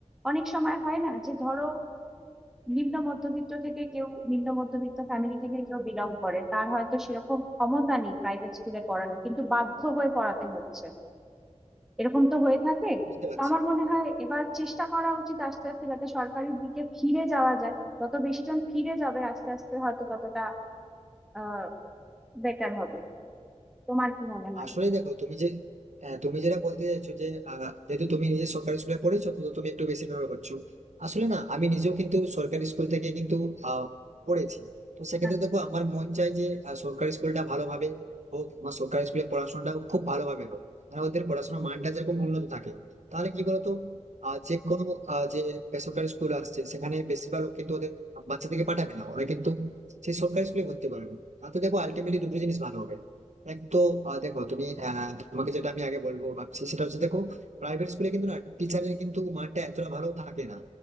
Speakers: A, in the centre; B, on the right.
A: অনেক সময় হয় না যে ধরো নিম্ন মধ্যবিত্ত থেকে কেউ নিম্ন মধ্যবিত্ত ফ্যামিলি থেকে কেউ বিলং করে তার হয়তো সেরকম ক্ষমতা নেই প্রাইভেট স্কুলে পড়ানোর কিন্তু বাধ্য হয়ে পড়াতে হচ্ছে এরকম তো হয়ে থাকে
B: বুঝতে পারছি
A: তো আমার মনে হয় এবার চেষ্টা করা উচিত আস্তে আস্তে যাতে সরকারির দিকে ফিরে যাওয়া যায় যত বেশি জন ফিরে যাবে আস্তে আস্তে হয়তো ততটা আহ বেটার হবে তোমার কি মনে হয়
B: আসলে দেখো তুমি যে আহ, তুমি যেটা বলতে চাইছো যে আহ, যেহেতু তুমি নিজে সরকারি স্কুলে পড়েছো তো তুমি একটু বেশি নির্ভর করছো আসলে না আমি নিজেও কিন্তু সরকারি স্কুল থেকে কিন্তু আহ, পড়েছি তো সেক্ষেত্রে
A: আচ্ছা
B: দেখো আমার মন চাই যে আহ, সরকারি স্কুলটা ভালোভাবে হোক আমার সরকারি স্কুলে পড়াশোনাটাও খুব ভালোভাবে হোক মানে ওদের পড়াশোনার মানটা যেরকম উন্নত থাকে তাহলে কি বলতো আহ, যে কোনো আহ, যে বেসরকারি স্কুল আসছে সেখানে বেশিরভাগ লোক কিন্তু ওদের বাচ্চা থেকে পাঠাবে না ওরা কিন্তু সেই সরকারি স্কুলে ভর্তি করবে তাতে দেখো আলটিমেটলি দুটো জিনিস ভালো হবে এক তো আহ, দেখো তুমি আহ, তোমাকে যেটা আমি আগে বলবো ভাবছি সেটা হচ্ছে দেখো প্রাইভেট স্কুলে কিন্তু না টিচারের কিন্তু মানটা এতটা ভালো থাকে না